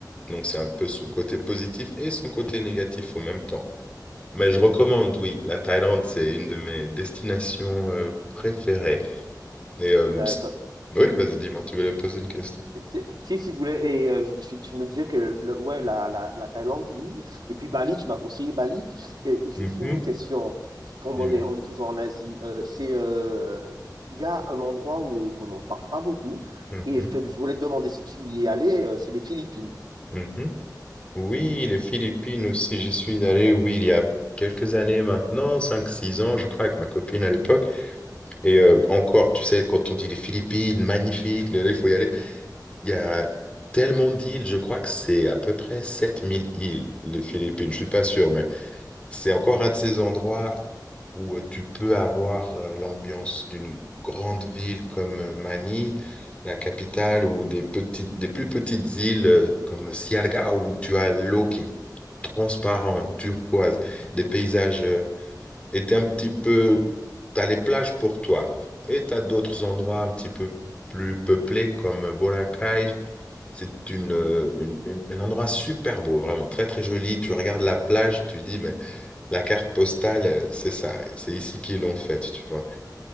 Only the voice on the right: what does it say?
D'accord.
C'est- c'est- Si, si, je voulais, et euh, je, je- tu me disais que le- ouais, la, la, la Thaïlande, oui. Et puis Bali, tu m'as conseillé Bali. Et, et juste
une question, comme
on est, on est toujours en Asie, euh, c'est, euh, il y a un endroit où on n'en parle pas beaucoup.
Et je, te, je voulais te demander si tu y es allé, euh, c'est les Philippines.